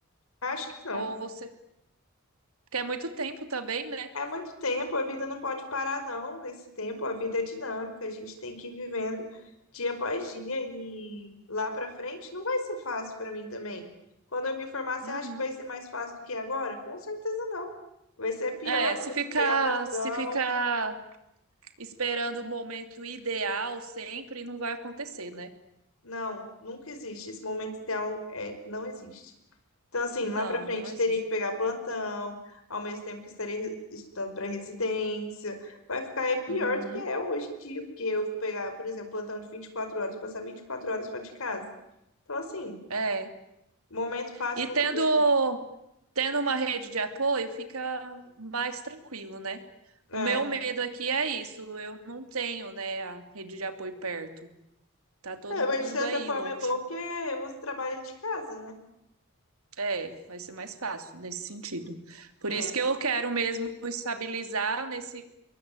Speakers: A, on the left; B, on the right.
A: Acho que não.
B: Ou você. Porque é muito tempo também, né?
A: É muito tempo, a vida não pode parar, não. Nesse tempo, a vida é dinâmica, a gente tem que ir vivendo dia após dia e lá pra frente não vai ser fácil pra mim também. Quando eu me formar, você
B: Uhum.
A: acha que vai ser mais fácil do que agora? Com certeza não. Vai ser pior
B: É,
A: que
B: se
A: eu vou
B: ficar,
A: ter que pegar plantão.
B: se ficar esperando o momento ideal sempre, não vai acontecer, né?
A: Não, nunca existe. Esse momento ideal é, não existe. Então, assim,
B: Não,
A: lá para frente
B: não existe.
A: teria que pegar plantão, ao mesmo tempo que estaria re- estudando para residência. Vai ficar é pior
B: Uhum.
A: do que é hoje em dia, porque eu pegar, por exemplo, plantão de 24 horas, passar 24 horas fora de casa. Então, assim,
B: É.
A: momento fácil
B: E tendo,
A: nunca vai ter.
B: tendo uma rede de apoio, fica mais tranquilo, né?
A: É.
B: O meu medo aqui é isso, eu não tenho, né, a rede de apoio perto. Tá todo
A: É, mas
B: mundo
A: de certa
B: aí
A: forma
B: longe.
A: é bom porque você trabalha de casa, né?
B: É, vai ser mais fácil nesse sentido. Por
A: É,
B: isso que eu quero mesmo estabilizar nesse,